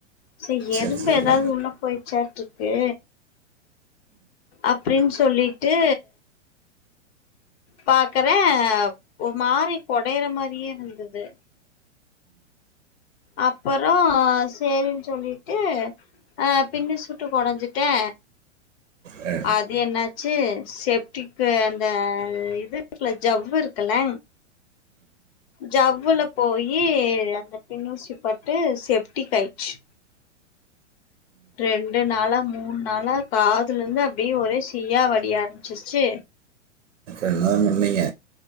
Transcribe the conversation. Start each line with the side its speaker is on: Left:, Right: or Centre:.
Left: சே
Right: சரி
Left: எறும்பு
Right: சரி
Left: எதாது உள்ள போயிருச்சாட் இருக்கு அப்டின் சொல்லிட்டு பாக்குறே ஒரு மாரி கொடையுற மாதிரியே இருந்தது அப்புறோ சேரின்னு சொல்லிட்டு ஆ பின்னு சுட்டு கொடஞ்சுட்டே
Right: ஆ
Left: அது என்னாச்சு செப்டிக்கு அந்த இது இருக்குல ஜவ்வு இருக்குல்ல ஜவ்வுல போயி அந்த பின்னூசி பட்டு செப்டிக்கு ஆயிருச்சு ரெண்டு நாளா மூணு நாளா காதுல இருந்து அப்டியே ஒரே சியா வடி ஆரம்பிச்சிருச்சு
Right: என்னதா பண்ணீங்க